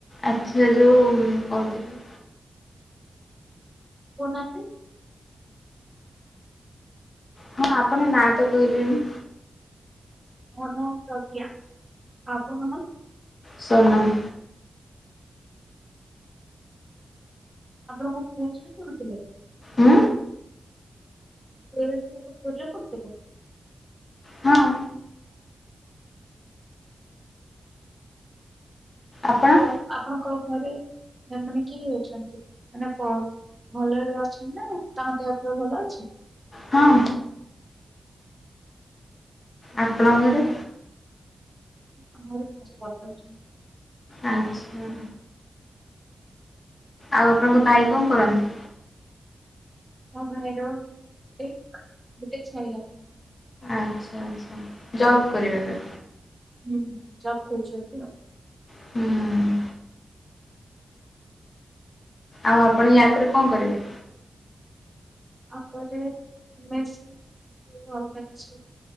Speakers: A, on the left; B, on the right.
A: ଆଚ୍ଛା ଯୋଉ କହୁଥିଲି
B: କହୁନାହାନ୍ତି?
A: ହଁ ଆପଣ ନାଁ ତ କହିଲେନି
B: ମୋ ନା ପ୍ରଜ୍ଞା ଆପଣଙ୍କ ନା
A: ସୋନମ୍
B: ଆପଣଙ୍କ ପୁ ଜି ପଢ଼ୁଥିଲେ
A: ଉଁ
B: ଏସ ପୂଜା କରୁଥିଲ
A: ହଁ ଆପଣ
B: ଆଉ ଆପଣଙ୍କ ଘରେ ମାନେ କିଏ ଅଛନ୍ତି ମାନେ ଭଲରେ ଅଛନ୍ତି ନା ତାଙ୍କ ଦେହ ପ ଭଲ ଅଛି
A: ହଁ ଆପଣଙ୍କର?
B: ଆମ ଘରେ ସମସ୍ତେ ଭଲ ଅଛନ୍ତି
A: ଆଚ୍ଛା ଆଉ ଆପଣଙ୍କ ଭାଇ କଣ କରନ୍ତି?
B: ମୋ ଭାଇର ବିଟେକ୍ ବି ଟେକ୍ ସହିଲା
A: ଆଛା ଆଛା ଯବ୍ କରିବେ ଏବେ
B: ହୁ ଜବ୍ ଖହୁଛନ୍ତି ଆଉ
A: ହୁଁ ଆଉ ଆପଣ ୟା ପରେ କଣ କରିବେ?
B: ତାପରେ ଏମ୍ ଏସ ସି ଅଲଗା କିଛି